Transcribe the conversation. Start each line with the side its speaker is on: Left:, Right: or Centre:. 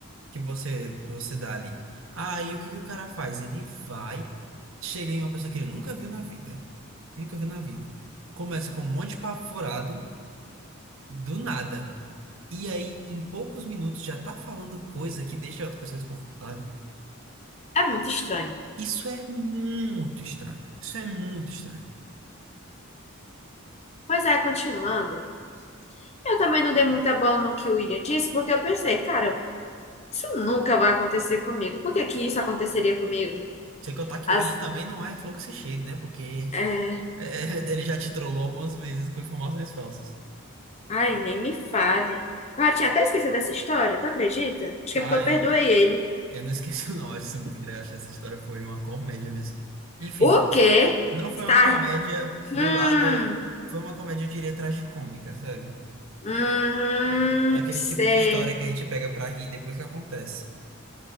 Right: que você, que você dá ali. Aí o que que o cara faz? Ele vai, chega em uma pessoa que ele nunca viu na vida, nunca viu na vida. Começa com um monte de papo furado, do nada. E aí, em poucos minutos, já tá falando coisa que deixa a outra pessoa desconfortável.
Left: É muito estranho.
Right: Isso é muito estranho. Isso é muito estranho.
Left: Pois é, continuando. Eu também não dei muita bola no que o William disse, porque eu pensei, cara, isso nunca vai acontecer comigo. Por que que isso aconteceria comigo?
Right: Sem contar que
Left: As,
Right: o William também não é fluxo e cheio, né? Porque
Left: é...
Right: é, <laughs> ele já te trollou algumas vezes com informações falsas.
Left: Ai, nem me fale. Eu já tinha até esquecido dessa história, tu acredita? Acho
Right: Ai,
Left: que é porque eu perdoei ele.
Right: eu não esqueço, não. <laughs> Acho isso muito engraçado. Essa história foi uma comédia mesmo. Enfim,
Left: O quê?
Right: não foi uma
Left: Tá.
Right: comédia do
Left: Hum,
Right: lado. Foi uma comédia, eu diria, tragicômica, sabe?
Left: hum,
Right: É aquele
Left: sei.
Right: tipo de história que aí te pega pra rir depois que acontece.